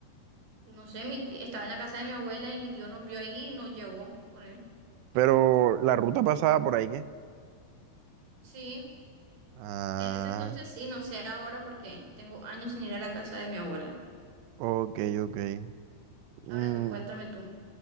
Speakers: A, on the right; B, on the right.
A: No sé, mi tí- estaba en la casa de mi abuela y mi tío nos vio ahí y nos llevó con él.
B: Pero la ruta pasaba por ahí, ¿qué?
A: Sí.
B: Ah,
A: En ese entonces sí, no sé ahora porque tengo años sin ir a la casa de mi abuela.
B: ok, ok. Mm,
A: Ahora tú cuéntame tú.